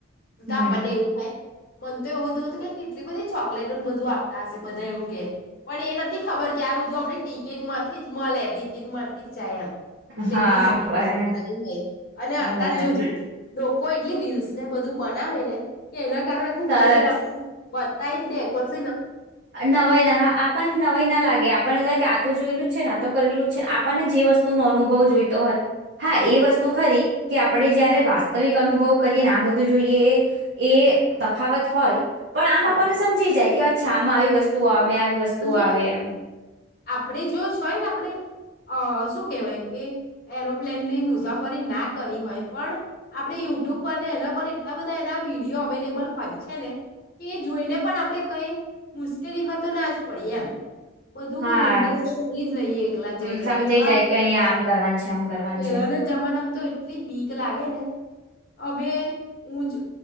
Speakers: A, on the left; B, on the right.
A: તો
B: હમ.
A: આપણને એવું મને તો એવું થયું હતું કે કેટલી બધી ચોકલેટોને બધું આપતા હશે બધા એવું કે પણ એ નથી ખબર કે આ બધું આપણે ટિકિટ માંથી જ મળે ટિકિટ માંથી જ જાય એમ. <unintelligible>
B: હા
A: સીટ. <unintelligible>
B: બરાબર
A: જાય અને અતાર
B: બરાબર
A: જોજું. કોઈ એટલી રીલ્સ ને બધું બનાવે ને. કેના. કારણ ખૂબ
B: તરત
A: પ્લેન આપ. <unintelligible> કોસ.
B: નવાઈ ના હા આપણ નવાઈ ના લાગે આપ <unintelligible> તો જોયેલું જ છે તો કરેલું છે. આપને જે વસ્તુ ન અનુભવ જોઈ. હોય હા એ વસ્તુ ખરી કે આપણે જયારે વાસ્તવિક અનુભવ કરીએને આ બધું જોઈએ એ તફાવત હોય. પણ આ
A: હા
B: બાપાને સમજી જાય કે. અચ્છા આમાં આવી વસ્તુ
A: હા
B: અમે આવી વસ્તુઓ
A: અને
B: આવે એમ.
A: આપણે જો જોય ને આપણે અ શું કહેવાય કે એરોપ્લેનની મુસાફરી ના કરી હોય પણ આપણે યુટ્યુબ પર ને એના પર એટલા બધા એના વિડીયો અવેલેબલ હોય છે, ને કે જોઈને પણ આપણે કઈ મુશ તેટલીમાં તો ના આજ <unintelligible> બધું
B: હા
A: હેન્ડલ તો કરી જ લઈએ એકલા
B: હમ
A: જઈને
B: સમજાઈ
A: પેલા.
B: જાય કે અહિયાં આમ કરવાનું છે આમ કરવાનું
A: પેલાના
B: છે એમ.
A: જમાનામાં તો એટલી બીક લાગે ને હવે હું જ